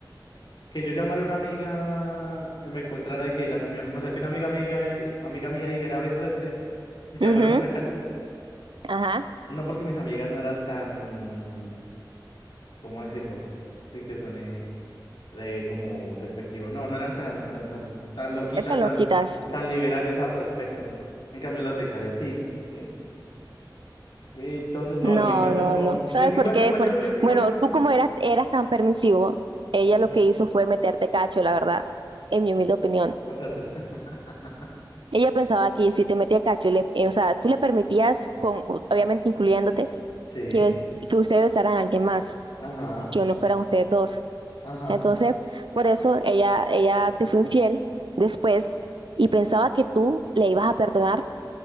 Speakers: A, on the left; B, on the right.
A: que yo llamara a una amiga, eh, me encontrara y que la, mi am- o sea, que una amiga mía, di- amiga mía dijera beso de tres y llamáramos
B: Ujú,
A: a Karen.
B: ajá.
A: No porque mis amigas no eran tan, ¿cómo decirlo? Sin que suene eh, como despectivo. No, no eran tan, tan, tan, tan loquitas,
B: eh, Te lo
A: tan,
B: quitas.
A: tan liberales al respecto. En cambio, las de Karen sí, sí. Entonces, no,
B: No,
A: en mi caso
B: no,
A: no.
B: no. ¿Sabes
A: Pues igual,
B: por qué?
A: igual
B: Porque,
A: yo, yo, igual
B: bueno,
A: yo no.
B: tú como eras, eras tan permisivo, ella
A: Ah,
B: lo que hizo fue meterte cacho, la verdad, en mi humilde opinión.
A: o sea, tú- <laughs>
B: Ella pensaba que si te metía cacho, le- eh, o sea, tú le permitías, con, obviamente incluyéndote,
A: sí,
B: que, bes- que ustedes besaran a alguien más,
A: ajá,
B: que no fueran ustedes dos.
A: ajá.
B: Entonces, por eso ella, ella te fue infiel después y pensaba que tú le ibas a perdonar